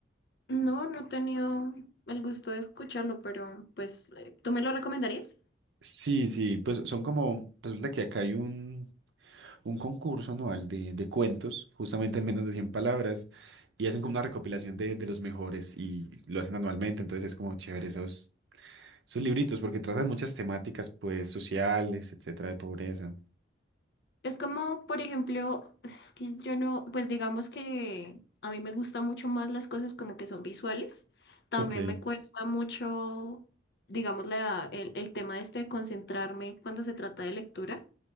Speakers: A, on the left; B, on the right.
A: No, no he tenido el gusto de escucharlo, pero pues, eh, ¿tú me lo recomendarías?
B: Sí, sí, pues son como, resulta que acá hay un, un concurso anual de, de cuentos, justamente al menos de 100 palabras, y hacen como una recopilación de, de los mejores y lo hacen anualmente, entonces es como chévere esos, esos libritos porque tratan muchas temáticas pues sociales, etcétera, de pobreza.
A: Es como, por ejemplo, es que yo no, pues digamos que a mí me gustan mucho más las cosas como que son visuales. También
B: Ok,
A: me cuesta mucho, digamos, la, el, el tema este de concentrarme cuando se trata de lectura.